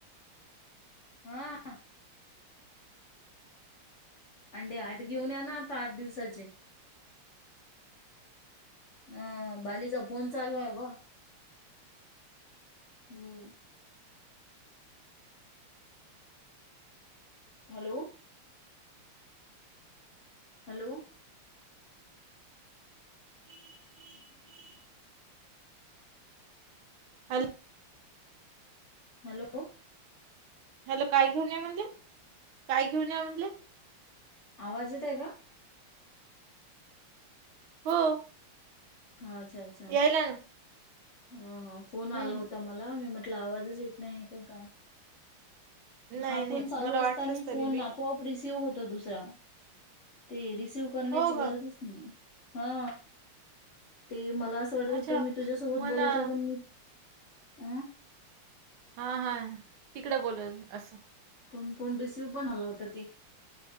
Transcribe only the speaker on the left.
हा. अंडे आठ घेऊन या ना आता आठ दिवसाचे. अ बालीचा फोन चालू आहे ग. हम्म. हॅलो. हॅलो. हम् हम्.
हॅलो.
आवाज येत आहे का.
हा अच्छा अच्छा
हा हा फोन
आला होता मला मी म्हट म्हटलं आवाजच येत नाही का काय.
हा
फोन चालू
असताना
फोन
आपोआप रिसिव्ह होत दुसरा ते रिसिव करण्याची
गरज.
हा ते मला. वाटत होत
मी तुझ्यासोबत
बोलत आहे पण मी अं
पण फोन रिसीव्ह पण आला होता ते.